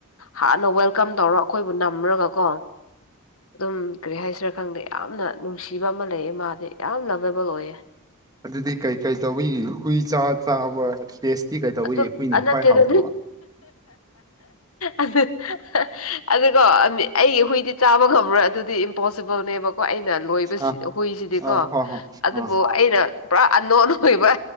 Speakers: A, on the left; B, on the right.
A: ꯍꯥꯟꯅ ꯋꯦꯜꯀꯝ ꯇꯧꯔꯛ ꯑꯩꯈꯣꯏꯕꯨ ꯅꯝꯔꯥꯒꯀꯣ ꯑꯗꯨꯝ ꯀꯔꯤ ꯍꯥꯏꯁꯤꯔꯥ ꯈꯪꯗꯦ꯫ ꯌꯥꯝꯅ ꯅꯨꯡꯁꯤꯕ ꯑꯃ ꯂꯩꯌꯦ ꯃꯥꯗꯤ ꯌꯥꯝ ꯂꯥꯕꯦꯕꯜ ꯑꯣꯏꯌꯦ
B: ꯑꯗꯨꯗꯤ ꯀꯩ -ꯀꯩ ꯇꯧꯋꯤ ꯍꯨꯏ ꯆꯥ- ꯆꯥꯕ ꯇꯦꯁꯇꯤ ꯀꯩ ꯇꯧꯕꯒꯤ
A: ꯑꯗꯨꯝ
B: ꯍꯨꯏꯅ
A: ꯑꯥ ꯅꯠꯇꯦꯗ
B: ꯈ꯭ꯋꯥꯏ ꯍꯥꯎꯈ꯭ꯔꯕ
A: ꯑꯗꯨꯏ ꯑꯗꯨꯀꯣ ꯑꯩꯒꯤ ꯍꯨꯏꯗꯤ ꯆꯥꯕ ꯉꯝꯃꯣꯏ ꯑꯗꯨꯗꯤ ꯄꯣꯁꯤꯕꯜꯅꯦꯕꯀꯣ ꯑꯩꯅ ꯂꯣꯏꯕ
B: ꯑꯥ
A: ꯁꯤ ꯍꯨꯏ ꯁꯤꯗꯤꯀꯣ
B: ꯑꯥ ꯍꯣꯏ ꯍꯣꯏ
A: ꯑꯗꯨꯕꯨ
B: ꯑꯥ
A: ꯑꯩꯅ ꯄꯨꯔꯥ ꯑꯟꯅꯣꯟ ꯑ‌ꯣꯏꯕ